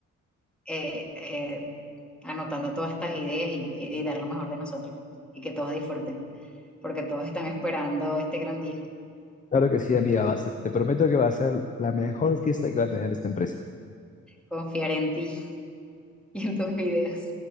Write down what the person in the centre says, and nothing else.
eh, eh, anotando todas estas ideas y, que- y dar lo mejor de nosotros y que todos disfruten, porque todos están esperando este gran día,
confiar en ti <laughs> y en tus ideas.